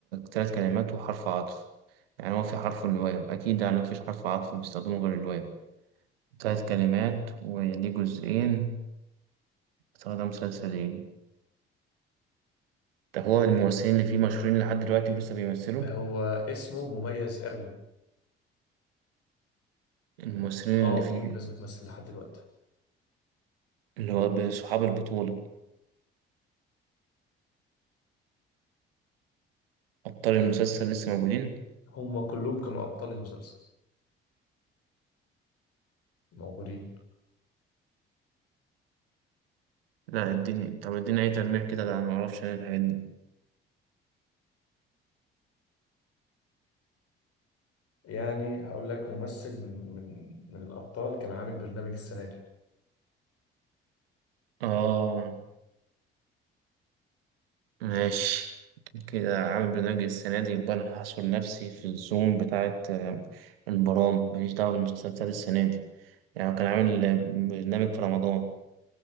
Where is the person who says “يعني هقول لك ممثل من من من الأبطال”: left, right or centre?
Left